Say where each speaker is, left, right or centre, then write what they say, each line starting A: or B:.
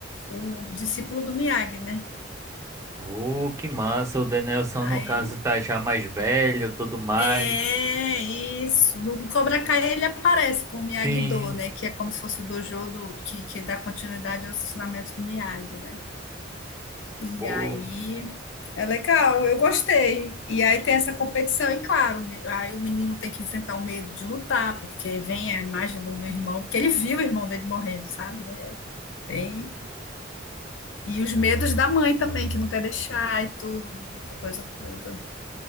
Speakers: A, on the left; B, on the right.
A: o discípulo do Miyagi, né?
B: Oh, que massa. O Danielson,
A: Aí
B: no caso, tá já mais velho, tudo mais.
A: É isso. No Cobra Kai ele aparece com o Miyagi-Do,
B: Sim.
A: né? Que é como se fosse o dojo do, que, que dá continuidade aos ensinamentos do Miyagi, né? E
B: Pô,
A: aí é legal, eu gostei. E aí tem essa competição, e claro, me- aí o menino tem que enfrentar o medo de lutar, porque vem a imagem do meu irmão, porque ele viu o irmão dele morrendo, sabe? É bem. E os medos da mãe também, que não quer deixar e tudo, essa coisa toda.